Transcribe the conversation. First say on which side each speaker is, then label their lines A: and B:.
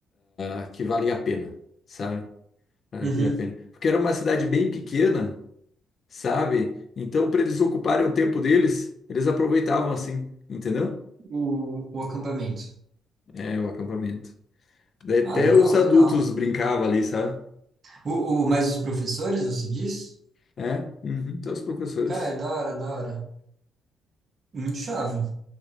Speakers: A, on the left; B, on the right.
A: ah, que valia a pena, sabe? Valia
B: uhum,
A: a pena. Porque era uma cidade bem pequena sabe? Então, para eles ocuparem o tempo deles, eles aproveitavam assim, entendeu?
B: o, o acampamento.
A: É, o acampamento. Daí até
B: Ah, legal,
A: os adultos
B: legal.
A: brincavam ali, sabe?
B: O, o, mas os professores, você diz?
A: É, uhum, até os professores.
B: Cara, é da hora, da hora. Muito chave.